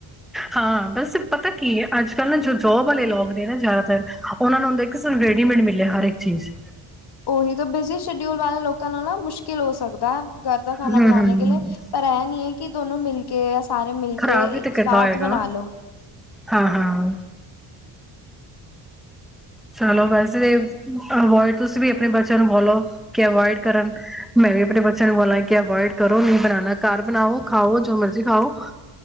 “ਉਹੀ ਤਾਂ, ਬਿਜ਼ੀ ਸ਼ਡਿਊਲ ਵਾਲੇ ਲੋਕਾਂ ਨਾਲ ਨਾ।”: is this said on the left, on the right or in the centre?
Left